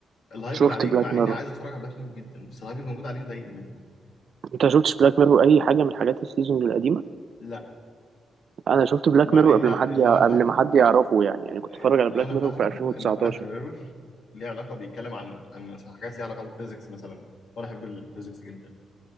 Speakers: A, on the left; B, on the right.
A: الهايب
B: شفت
A: اللي عليه
B: بلاك
A: مع
B: ميرور
A: اني عايز اتفرج على بلاك ميرور جدا بس الهايب اللي موجود عليه مضايقني منه
B: انت شفتش بلاك ميرور اي حاجه من حاجات السيزونز القديمه
A: لا
B: انا شفت بلاك
A: مع
B: ميرور
A: ان
B: قبل ما حد
A: اللي
B: يع-
A: انا فاهمه
B: قبل ما حد يعرفه يعني يعني كنت
A: اللي
B: اتفرج على بلاك
A: انا
B: ميرور
A: فاهمه
B: في 2019
A: ان بلاك ميرور ليه علاقه بيتكلم عن عن مثلا حاجات ليها علاقه بالفيزيكس مثلا وانا احب الفيزيكس جدا